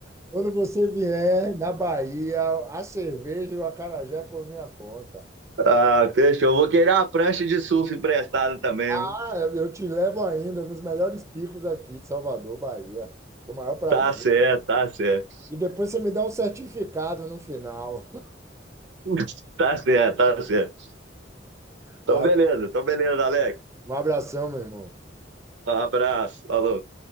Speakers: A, on the right; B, on the right.
A: Quando você vier na Bahia, a cerveja e o acarajé é por minha conta.
B: Ah, fechou. Vou querer uma prancha de surf emprestada também,
A: Ah,
B: viu?
A: eu te levo ainda nos melhores picos aqui de Salvador, Bahia. Com o maior prazer.
B: Tá certo, tá certo.
A: E depois você me dá um certificado no final.
B: <laughs> Tá certo, tá certo. Então,
A: <laughs> Vai,
B: beleza, então, beleza, Alex.
A: um abração, meu irmão.
B: Um abraço, falou.